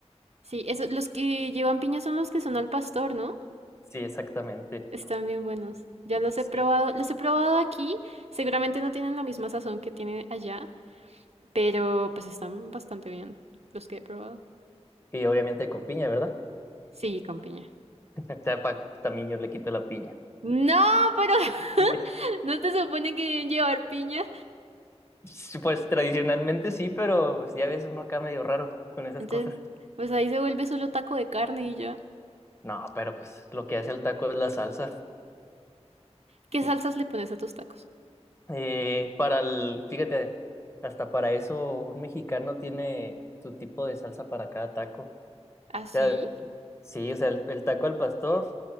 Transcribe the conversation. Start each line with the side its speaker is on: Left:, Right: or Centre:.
Right: Sí, eso, los que llevan piña son los que son al pastor, ¿no?
Left: Sí, exactamente.
Right: Están bien buenos. Ya los
Left: Sí.
Right: he probado, los he probado aquí. Seguramente no tienen la misma sazón que tienen allá, pero pues están bastante bien los que he probado.
Left: Y obviamente con piña, ¿verdad?
Right: Sí, con piña.
Left: <laughs> O sea, pa- también yo le quito la piña.
Right: No, pero <laughs>
Left: <laughs>
Right: no te supone que deben llevar piña.
Left: Sí, Pues tradicionalmente sí, pero pues, ya ves uno acá medio raro con esas
Right: Entonces,
Left: cosas.
Right: pues ahí se vuelve solo taco de carne y ya.
Left: No, pero pues lo que hace el taco es la salsa.
Right: ¿Qué
Left: Y
Right: salsas le pones a tus tacos?
Left: Eh, para el, fíjate, hasta para eso un mexicano tiene su tipo de salsa para cada taco. O
Right: ¿Así?
Left: sea, sí, o sea, el, el taco al pastor